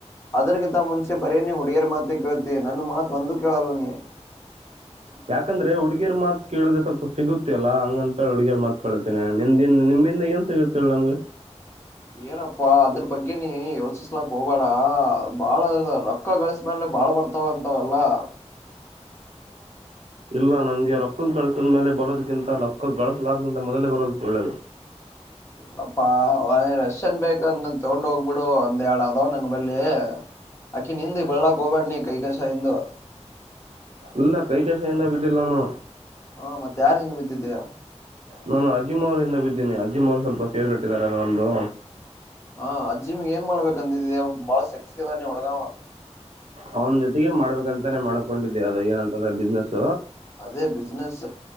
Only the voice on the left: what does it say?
ಅದರ್ಗಿಂತ ಮುಂಚೆ ಬರೇ ನೀ ಹುಡಿಯರ ಮಾತ ಕೇಳ್ತೀ ನನ್ನ ಮಾತ್ ಒಂದು ಕೇಳಲ್ಲ ನೀ
ಏನಪ್ಪಾ ಅದ್ರ ಬಗ್ಗೆನ ಯೋಚಿಸಲಾಕ್ ಹೋಗಬೇಡ ಬಾಳ ಅದರ ಪಕ್ಕ ಗಳಿಸ ಮೇಲೆ ಬಾಳ್ ಬರ್ತಾವ ಅಂತವಲ್ಲಾ
ಇಲ್ಲಪ್ಪಾ ರಶನ್ ಬೇಕ ತಗೊಂಡ್ ಹೋಗ್ಬಿಡು ಒಂದ್ಡ್ ಅದವ ನನ್ ಬಲ್ಲಿ ಅಕಿ ನಿಂದ ಬೆಳ್ಳಳಾಕ್ ಹೋಗಬಾಡ ನೀ ಕೈ ಕಸ ಇದಂದು
ಹಾ ಮತ್ತೆ ಯಾರ ಇದ ಬಿದ್ದಿದ್ದ್ಯ
ಹಾ ಅಜ್ಜಿ ಮ್ ಏನ್ ಮಾಡ್ಬೇಕಕ್ ಅಂದಿದಿ ಬಾಳ ಸೆಕ್ಸ್ ಅದ ನೀ ಹುಡ್ಗ
ಅದೇ ಬಿಸ್ನೆಸ್